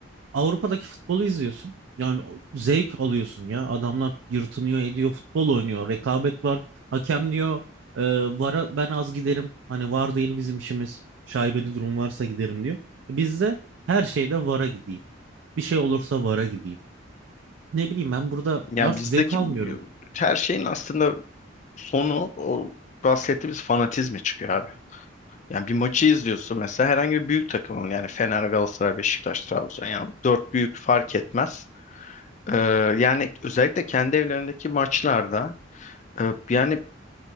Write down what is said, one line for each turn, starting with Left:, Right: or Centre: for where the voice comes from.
Right: Avrupa'daki futbolu izliyorsun. Yani o- zevk alıyorsun ya. Adamlar yırtınıyor, ediyor, futbol oynuyor. Rekabet var. Hakem diyor, e, VAR'a ben az giderim. Hani VAR değil bizim işimiz. Şaibeli durum varsa giderim diyor. E, Biz her şeyde VAR'a gideyim. Bir şey olursa VAR'a gideyim. Ne bileyim ben burada
Left: Ya
Right: artık
Left: bizdeki
Right: zevk almıyorum.
Left: her şeyin aslında sonu o bahsettiğimiz fanatizme çıkıyor abi. Yani bir maçı izliyorsun mesela herhangi bir büyük takımın yani Fener, Galatasaray, Beşiktaş, Trabzon yani dört büyük fark etmez. Ee, yani özellikle kendi evlerindeki maçlarda e, yani